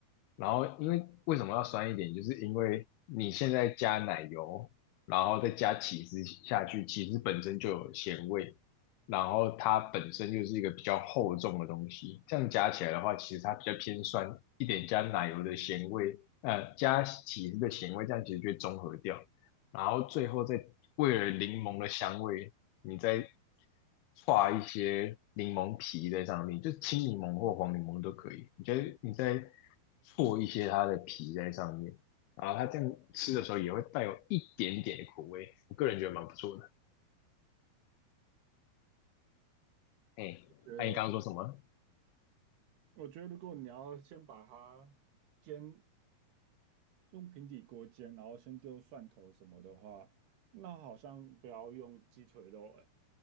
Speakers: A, on the left (about 80°); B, on the right (about 85°).
A: 然后因为为什么要酸一点，就是因为你现在加奶油。然后再加起司下去，起司本身就有咸味，然后它本身就是一个比较厚重的东西，这样加起来的话，其实它比较偏酸一点，加奶油的咸味，呃，加起司的咸味，这样其实就会中和掉。然后最后再为了柠檬的香味，你再刷一些柠檬皮在上面，就青柠檬或黄柠檬都可以。你觉得你再搓一些它的皮在上面，然后它这样吃的时候也会带有一点点的苦味。我个人觉得蛮不错的。哎，
B: 觉得，
A: 那、你刚刚说什么？
B: 我觉得如果你要先把它煎，用平底锅煎，然后先丢蒜头什么的话，那好像不要用鸡腿肉，哎，